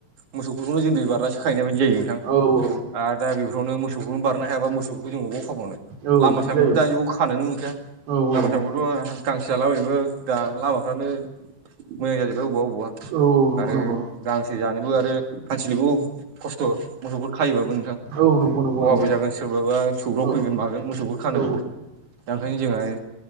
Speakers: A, on the right (about 55°); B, on the right (about 80°).
A: मोसौफोरखौनो जों दै बारनासो खाहैनाय बायदि जायो नोंथां
B: औ औ
A: आरो दा बेफोरावनो मोसौखौनो बार नो हायाबा मोसौफोरखौ जों अबाव खाबावनो
B: औ
A: लामा
B: बिदि
A: सामथ
B: जायो
A: दानि जुगाव खोनोनो मोनखाया
B: औ
A: लामा
B: औ
A: सामायावथ
B: औ
A: गांसो जलाबायबो दा लामाफ्रानो मोजां जाजोबबाय अबावबा अबावबा
B: औ नंगौ
A: आरो
B: नंगौ
A: गांसो जानोबो आरो खानथिंनोबो खस्थ मोसौफोर खायोबाबो नोंथां
B: औ नंगौ नंगौ
A: खहाबो
B: नंगौ
A: जागोन सोरबाबा सौग्राव
B: औ
A: फैगोन मागोन मोसौफोर खानोबो
B: औ
A: दा ओंखायनो जोंहा